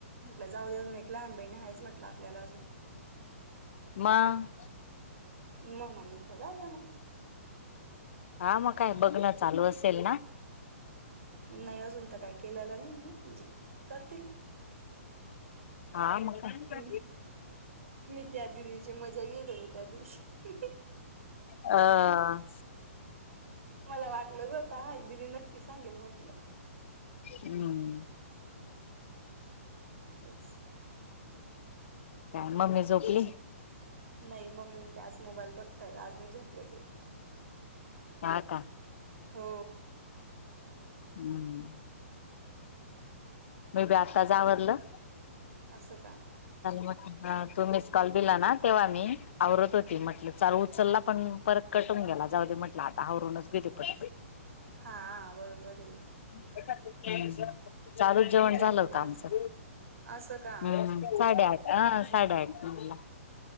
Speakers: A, on the right; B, on the left.
A: म्हट जाऊजून एक लहान बाईण आहेच म्हटलं आपल्याला अजून.
B: म.
A: म म्हटलं जाऊदे मग.
B: हा मग काय बघण चालू असेल ना.
A: नाही अजून तर काही केलेला नाहीय म्हणजे करतील.
B: ह मग काय?
A: हं, मी त्या दिदीची मजा घेत र त्या दिवशी.
B: ह.
A: मला वाटलंच होतं हा दिदी नक्की सांगेल म्हटलं.
B: हम्म.
A: तेच
B: काय मम्मी झोपली.
A: नाही मम्मी ते आज मोबाईल बघतायत आजनी झोपले ते.
B: हा का.
A: हो.
B: हम् मी बी आता जावरडलं.
A: असं का.
B: लट तू मिस कॉल दिला ना तेव्हा मी आवरत होती म्हटल चालू उचलला पण. परत कटून गेला जाऊ दे म्हटलं आता हवरूनच गेेत प
A: हा बरोबर आहे.
B: हम्म चालूच जेवण
A: जेवणच
B: झालं होत आमचं
A: असं का
B: हम्म. साडेआठ अह साडेआठ नऊला